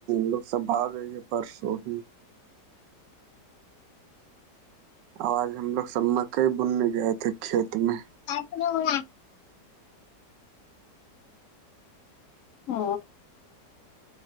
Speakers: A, on the right; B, on the left.
A: لوگ سب آ گئے ہے پرسوں ہی آوج ہم لوگ سب مکئی بننے گئے تھے کھیت میں
B: آپنا ہو ہ